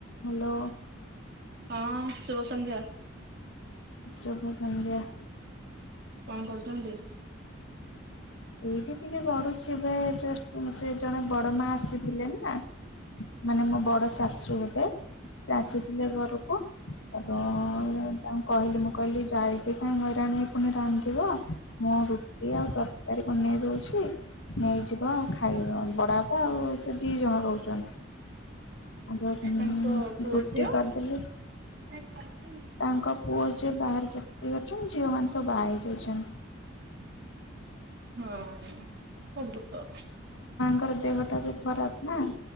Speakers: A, on the left (about 70°); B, on the right (about 55°).
A: Hello.
B: ହଁ ଶୁଭସନ୍ଧ୍ୟା।
A: ସୁଭ ସନ୍ଧ୍ୟା।
B: କଣ କରୁଛନ୍ତି?
A: ଏଇଟା ଟିକେ ବଢୁଛି ଏବେ ସେ ଜଣେ ବଡ ମା ଆସିଥିଲେ ନା ମାନେ ମୋ ବଡ ଶାଶୁ ହେବେ। ସେ ଆସିଥିଲେ ଘରକୁ। ତ ତାଙ୍କୁ କହିଲି ମୁଁ କହିଲି ଯାଇକି ପାଇଁ ହଇରାଣ ହେଇ ପୁଣି ରାନ୍ଧିବ ମୁଁ ରୁଟି ଆଉ ତରକାରୀ ବନେଇ ଦଉଛି ଅଛି ନେଇଯିବ ଖାଇ ବଡା ଆଉ ସେ ଦି ଜଣ ରହୁଛନ୍ତି। ଆ
B: ତାଙ୍କ ପୁଅ
A: ରୁଟି
B: ଝିଅ
A: କରିଦେଥିଲି
B: ହଁ
A: ତାଙ୍କ ପୁଅ ସିଏ ବାହାରେ ଚାକିରି କରିଛନ୍ତି ଝିଅମାନୋନ ସବୁ ବା ହେଇଯାଇଛନ୍ତି।
B: ହଁ ସବୁ ତ
A: ତାଙ୍କର ଦେହଟା ବି ଖରାପ ନା